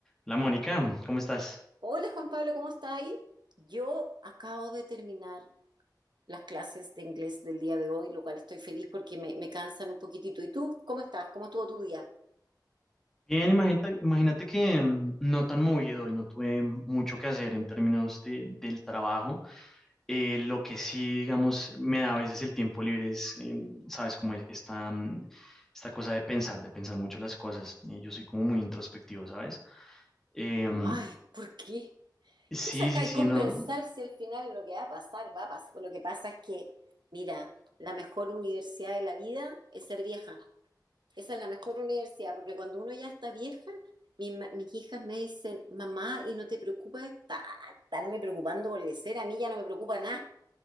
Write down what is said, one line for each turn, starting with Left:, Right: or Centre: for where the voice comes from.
Centre: Hola Mónica, ¿cómo estás?
Right: Hola Juan Pablo, ¿cómo está ahí? Yo acabo de terminar las clases de inglés del día de hoy, lo cual estoy feliz porque me, me cansan un poquitito. ¿Y tú? ¿Cómo estás? ¿Cómo estuvo tu día?
Centre: Bien, imagínate, imagínate que mm, no tan movido y no tuve mucho que hacer en términos de- del trabajo. Eh, lo que sí, digamos, me da a veces el tiempo libre es, eh, sabes, como es- esta, mm, esta cosa de pensar, de pensar mucho las cosas. Eh, yo soy como muy introspectivo, ¿sabes? Em,
Right: Ay, ¿por qué?
Centre: sí,
Right: ¿Qué saca
Centre: sí,
Right: y
Centre: sí,
Right: compensar
Centre: no.
Right: si al final lo que va a pasar, va a pasar? Lo que pasa es que, mira, la mejor universidad de la vida es ser vieja. Esa es la mejor universidad, porque cuando uno ya está vieja, mi ma- mis hijas me dicen, mamá, ¿y no te preocupa esta- estarme preocupando por lecer? A mí ya no me preocupa nada.